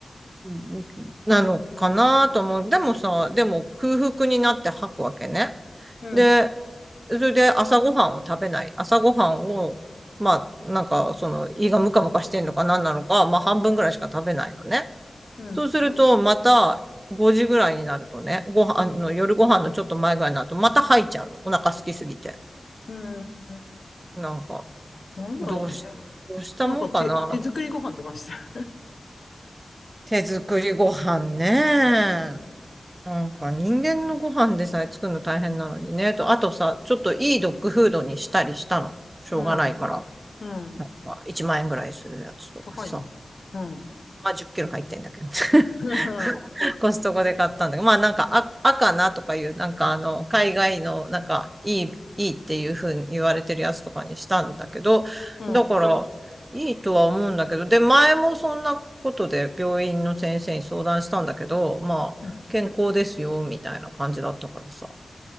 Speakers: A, on the right (about 25°); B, on the left (about 55°).
A: うんうんなのかなと思う。でもさ、でも空腹になって吐くわけね。
B: うん、
A: で、それで朝ごはんを食べない。朝ごはんを、まあ、なんか、その、胃がムカムカしてんのか何なのか、まあ、半分ぐらいしか食べないのね。
B: うん、
A: そうすると、また、5時ぐらいになるとね、ご飯あの、夜ご飯のちょっと前ぐらいになると、また吐いちゃうの。お腹空きすぎて。
B: うん。
A: なんか、
B: なんだろうね。
A: どうし、どうしたもんかな。
B: なんか手、手作りご飯とかした。
A: 手作りご飯ね。なんか人間のご飯でさえ作るの大変なのにね。と、あとさ、ちょっといいドッグフードにしたりしたの。しょうがないから。
B: うん、うん。
A: なんか1万円ぐらいするやつとかさ。
B: 高いね。うん。
A: まあ10キロ入ってんだけど。<laughs>
B: <laughs>
A: コストコで買ったんだけど、まあなんかあ赤なとかいう、なんかあの、海外のなんかいい、いいっていう風に言われてるやつとかにしたんだけど、
B: うん、
A: だかうら、ん。いいとは思うんだけど、で、前もそんなことで病院の先生に相談したんだけど、まあ、
B: うん。
A: 健康ですよ、みたいな感じだったからさ。